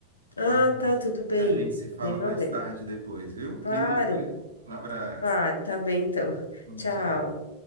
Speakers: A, on the left; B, on the right.
A: Ah,
B: A gente
A: tá,
B: se
A: tudo bem.
B: a gente se fala
A: Não tem
B: mais
A: problema.
B: tarde depois, viu?
A: Claro,
B: Me liga. Um abraço.
A: claro, tá bem então. <laughs> Tchau.
B: Tchau.